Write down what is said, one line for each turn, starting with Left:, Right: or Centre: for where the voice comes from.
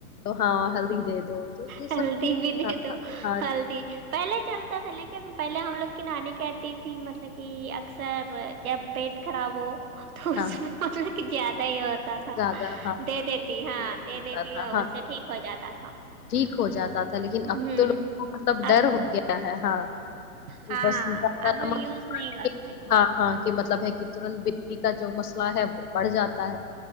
Left: ہاں ہلدی دے دو تو یہ
Right: ہلدی
Left: سب
Right: بھی دے
Left: ہاں
Right: تو
Left: ہاں
Right: ہلدی پہلے چلتا لیکن پہے ہم لوگ نانی کہتی تھی مطلب کہ اکر سر جب پیٹ خراب ہو تو
Left: ہاں
Right: اس میں مطلب کہ زیادہ دیات تھا
Left: زیادہ ہاں
Right: دے دیتی ہاں
Left: ہوتا
Right: دے دیتی
Left: تھا
Right: اور
Left: ہاں
Right: اس سے ٹھیک ہو جاتا تھا
Left: ٹھیک ہو جاتا تھا لیکن اب
Right: ہوں
Left: تو لوگوں کو مطلب ڈر
Right: اب
Left: ہو گیا ہے ہاں کہ
Right: ہاں
Left: بس زیادہ
Right: اب
Left: نمک
Right: یوز نہیں کرتے
Left: ہاں ہاں کہ مطلب ہے کہ ترنت بتی کا جو مسئلہ ہے وہ بڑھ جاتا ہے